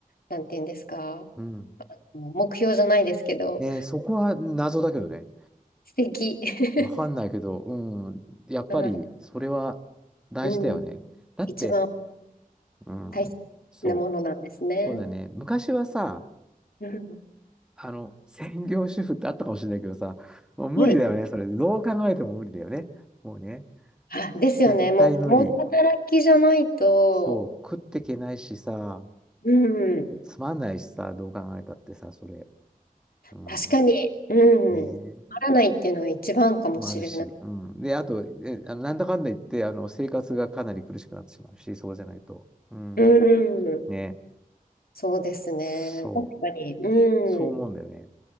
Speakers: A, on the left; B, in the centre.
A: う、なんていうんですか、
B: うん。
A: 目標じゃないですけど、
B: ねえ、そこは謎だけどね。
A: 素敵。<laughs>
B: わかんないけど、うん。やっぱり、
A: あ、
B: それは大事だよね。
A: うん、
B: だって、
A: 一番
B: うん。
A: 大切なものなんですね。
B: そう。そうだね。昔はさ、
A: うん、
B: あの、専業主婦ってあったかもしれないけどさ、もう無理だよね。
A: はい。
B: それ、どう考えても無理だよね。もうね、
A: あ、ですよね。
B: 絶対無理。
A: もう、共働きじゃないと、
B: そう、食ってけないしさ、
A: うん、
B: つまんないしさ、どう考えたってさ、それ。うん。
A: 確かに、うん、
B: ね
A: あらないっていうのは一番かもしれない。
B: もあるし、うん。で、あと、え、あのなんだかんだ言って、あの、生活がかなり苦しくなってしまうし、そうじゃないと。うん。
A: うん、
B: ね。
A: そうですね。
B: そう。
A: 確かに。うん。
B: そう思うんだよね。